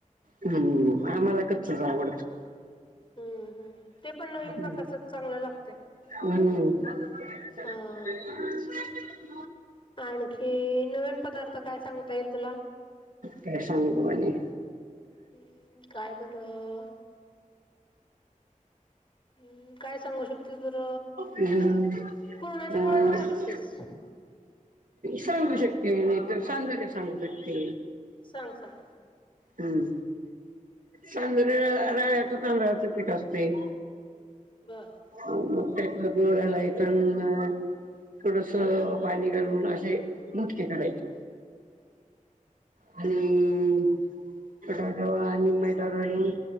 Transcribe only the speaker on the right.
हम्म आम्हाला कच्चच आवडतं.
हम्म
हम्म <unintelligible>
काय सांगू आणि
हम्म
अ
सांगू शकते नाही तर सांज्र भी सांगू शकते.
हम्म सांज्र राव्याच तांदळाच पीठ असतय.
त्याच्यात गूळ घालायचं आणि थोडस पाणी घालून असं. मग ते करायचे आणि बटाटा व आणि मैदा घालून